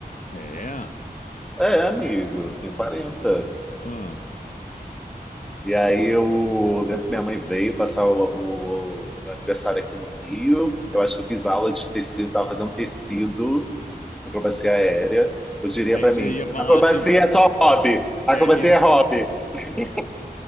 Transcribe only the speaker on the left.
É?
Ah.
Aí
você
ia falar
assim,
é,